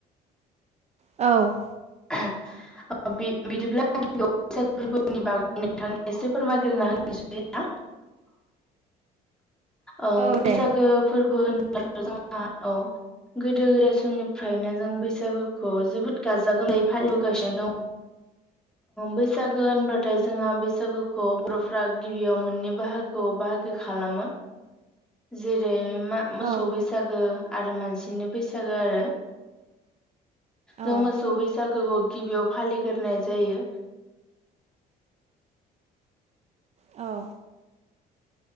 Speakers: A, on the right (about 40°); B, in the centre.
A: औ
B: ओ बि बिदिब्ला बैसागु फोरबोनि बागै नोंथां एसे फोरमायग्रोना होनोसै <unintelligible> ओं
A: औ
B: बैसागो
A: दे
B: फोरबोनि जोंहा औ गोदो गोदाय समनिफ्रायनो जों बैसागुखौ जोबोद गाजा गाजा गोलै फालिबोगासिनो दं बैसागो होनबाथाय जोंहा बैसागोखौ बर'फ्रा गिबियाव मोननै बाहागोआव बा खालामो जेरै मा मोसौ
A: औ
B: बैसागो आरो मानसिनो बैसागो आरो जों
A: औ
B: मोसौ बैसागोखौ गिबियाव फालिगोरनाय जायो
A: औ